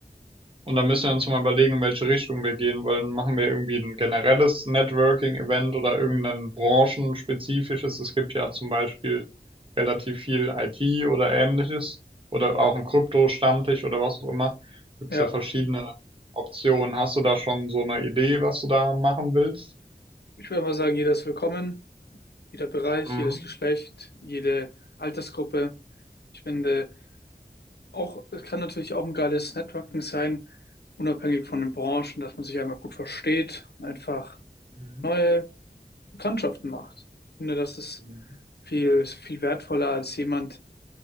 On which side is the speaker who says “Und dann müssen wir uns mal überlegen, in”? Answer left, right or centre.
Right